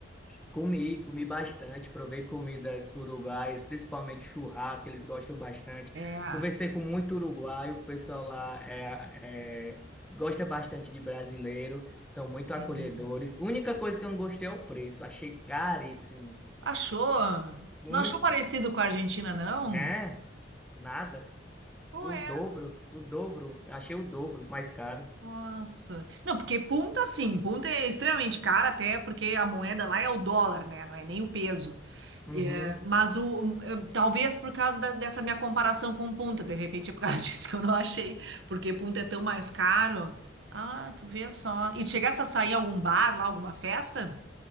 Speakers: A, in the centre; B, on the right.
A: Comi, comi bastante, provei comidas uruguaias, principalmente churrasco, eles gostam bastante.
B: é,
A: Conversei com muito uruguaio, o pessoal lá é, gosta bastante de brasileiro, são muito acolhedores.
B: sim.
A: Única coisa que eu não gostei é o preço, achei caríssimo,
B: Achou?
A: muito,
B: Não achou parecido com a Argentina, não?
A: né? Nada,
B: Ou
A: o
B: é?
A: dobro, o dobro, eu achei o dobro mais caro.
B: Nossa. Não, porque Punta, sim, Punta é extremamente cara, até porque a moeda lá é o dólar, né? Não é nem o peso.
A: Uhum.
B: é, mas o, eh, talvez por causa da- dessa minha comparação com Punta, de repente é por causa <laughs> disso que eu não achei, porque Punta é tão mais caro. Ah, tu vê só. E tu chegasse a sair em algum bar lá, alguma festa?